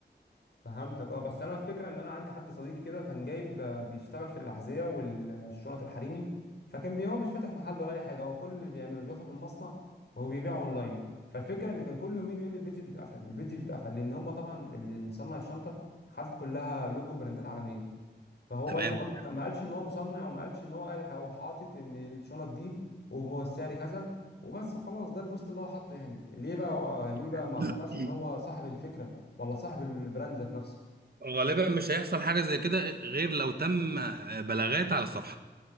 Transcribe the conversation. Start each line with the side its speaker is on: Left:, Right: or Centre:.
Left: فهمتك اه بس انا الفكره ان انا عندي حد صديقي كده كان جايب آه، بيشتغل في الاحذيه والشنط الحريمي فكان بي- هو مش فاتح محل ولا اي حاجه هو كل اللي بيعمله بياخد من مصنع وبيبيعه اونلاين فالفكره ان كان كل يومين يقول لي البيج بيتقفل البيج بيتقفل لان هم طبعا اللي مصنع الشنطه حاطط كلها لوجو براندات عالميه فهو
Right: تمام
Left: برضو ما
Right: <coughs>
Left: كان- ما قالش ان هو مصنع وما قالش ان هو قال هو حاطط ان الشنط دي وهو السعر كذا وبس وخلاص ده البوست اللي هو حاطه يعني ليه بقى ليه بقى
Right: <clears throat>
Left: ما ذكرش ان هو صاحب الفكره ولا صاحب البراند ذات نفسه
Right: غالبا مش هيحصل حاجه زي كده غير لو تم بلاغات على الصفحه